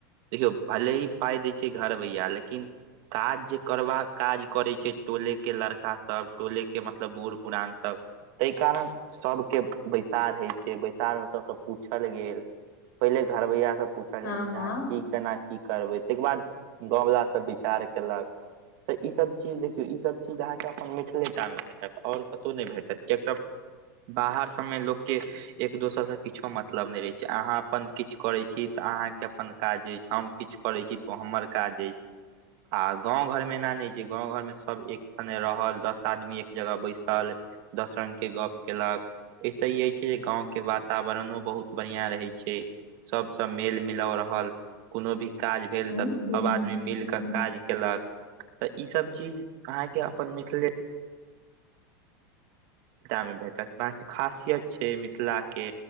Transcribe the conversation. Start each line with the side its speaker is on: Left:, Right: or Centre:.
Right: देखियौ भले ही पाइ दै छैय घर बैया लेकिन काज जे करबा काज करैय छैय टोले के लड़का सभ टोले के मतलब बूढ़ पुरान सब। तइ कारण सभ के बैसार हइ बैसार मे सभ सँ पूछल गेल पहिले घरबैया से पूछल
Left: हँ
Right: जाइ छैन
Left: हँ
Right: जे अहाँ की केना की करबै तइ के बाद गाँव वाला सभ विचार केलक। तऽ ई सभ चीज देखियौ ई सभ चीज अहाँकेँ अपन मिथिले टा मे भेटत आओर कतहु नहि भेटत कियाक तऽ बाहर सभमे लोकके एक दोसरसँ किछो मतलब नहि रहैय छैय अहाँ अप्पन किछु करैय छी तऽ अहाँके अपन काज अछि हम किछु करैय छी तऽ हमर काज अछि। आ गाँंव घर मे एना नहि छैय गाँंव घर में सब एक सनेे रहल दस आदमी एक जगह बैसल। दस रंग के गप केलक ऐसे ई अइछ जे गाँव के वातावरणो बहुत बढ़िआँ रहैय छैय। सभ सँ मेल मिलाव रहल, कोनो भी काज भेल
Left: हँ
Right: तऽ
Left: हँ
Right: सभ आदमी मिल कऽ काज केलक तऽ ई सब चीज अहाँके अपन मिथिले मे भेटत ब खासियत छैय मिथिलाके,